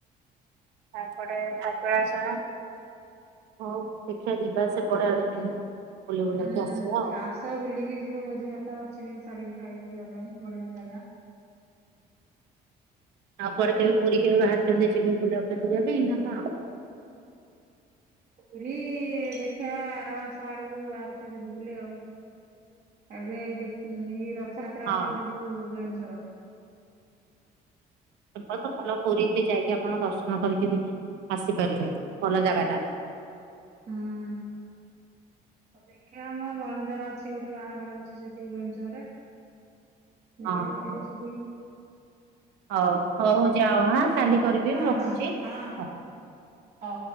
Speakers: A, on the right; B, on the right.
A: ଆଉ ଏପଟେ କପିଳାସ ହଉ ଦେଖିଆ ଯିବା ସେପଟ ଆଡେ ଦିନେ। ବୁଲି ବୁଲାକି
B: ହୁଁ
A: ଆସିବା ଆଉ।
B: ଆସ ବୁଲିକି ଯିବ ଭୋଜିଭାତ ଅଛିିବି ସାରିକି ଖାଇକି ଯିବା ପାଇଁ ବଢିଆ ଜାଗା।
A: ଆଉ କୁଆଡେ କେବେ ପୁରୀ କେବେ ବାହାରୁଛନ୍ତି ଯିବେ ବୁଲାବୁଲି କରିବା ପାଇଁ କଣ
B: ପୁରୀ ଦେଖିବା ଆର ମାସ ଆଡକୁ ବାହାରୁଚୁ ଯିବୁ ବୁଲି ଆଉ। ଏବେ ଏଇ ଦେଖୁ ନି ଏଇ ରଥଯାତ୍ରା
A: ହଁ
B: ବେଳକୁ ଯିବୁ ଭୁବନେଶ୍ୱର।
A: ବଳ ତ ଭଲ ପୁରୀ ଯାଇକି ଆପଣ ଦର୍ଶନ କରିକି ଆସିପାରିବେ ଭଲ ଜାଗା ଟା।
B: ହଁ ଅ ଦେଖିବା ଆମ ଭଣଜାର ଅଛି ଗୋଟେ ବାହାଘର ଅଛି ସେଠି ଭୁବନେଶ୍ୱରରେ ଦେଖିବା
A: ହଁ
B: ଗଲେ
A: ହଁ
B: ସେଠିକ
A: ହଉ ହଉ ଯାଅ ହଁ କାଲି କରିବି
B: ହଁ
A: ମୁଁ ରଖୁଛି
B: ହଁ
A: ହଉ।
B: ହଁ ହଁ